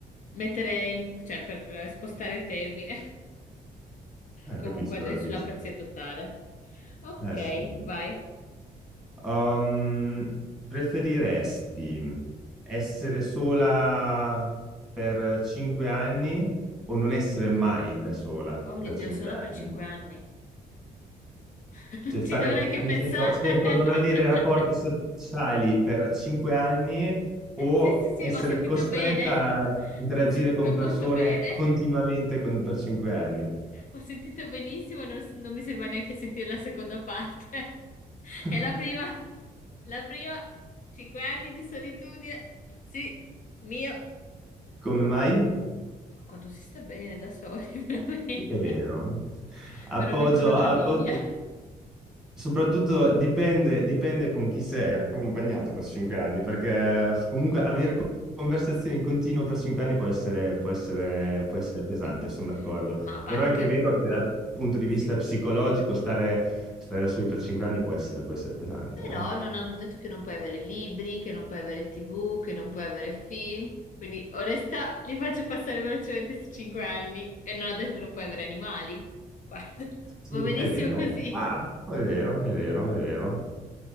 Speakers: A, on the left; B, in the centre.
A: Mettere, in- cioè, per spostare il termine.
B: Ah,
A: Comunque
B: capisco,
A: andrei
B: capisco.
A: sulla pazzia totale. Ok,
B: Eh sì, è vero.
A: vai.
B: Um, preferiresti essere sola per cinque anni o non essere mai da sola
A: Oh mio
B: per
A: Dio,
B: cinque
A: solo per
B: anni?
A: cinque anni. <laughs> Non
B: Cioè, stare
A: ci dovrei neanche
B: nel
A: pensare.
B: senso, senza non avere rapporti
A: <laughs>
B: sociali per cinque anni o
A: Sì, sì,
B: essere
A: sì, ho sentito
B: costretta
A: bene.
B: a interagire
A: Ho sentito
B: con
A: molto
B: persone
A: bene.
B: continuamente con- per cinque anni.
A: Ho sentito benissimo, non, non mi sembra neanche sentire la seconda parte. <laughs>
B: <laughs>
A: E la prima, la prima, cinque anni di solitudine. Sì, mio.
B: Come mai?
A: Ma quanto si sta bene da soli, <laughs> veramente.
B: Sì, È vero. Appoggio,
A: Veramente una meraviglia.
B: appoggio. Soprattutto dipende, dipende con chi sei accompagnato per cinque anni, perché comunque avere co- conversazioni in continuo per cinque anni può essere, può essere,
A: Sì, Madonna.
B: può essere pesante, sono d'accordo.
A: Ma a parte
B: Però è anche
A: che,
B: vero che dal punto di
A: sì.
B: vista psicologico stare, stare da soli per cinque anni può essere, può essere pesante.
A: Però
B: eh.
A: non hanno detto che non puoi avere libri, che non puoi avere TV, che non puoi avere film. Quindi, onesta, li faccio passare velocemente questi 5 anni e non ha detto che non puoi avere animali. Guarda,
B: Sì,
A: va benissimo
B: è vero.
A: così.
B: Ah, è vero, è vero, è vero.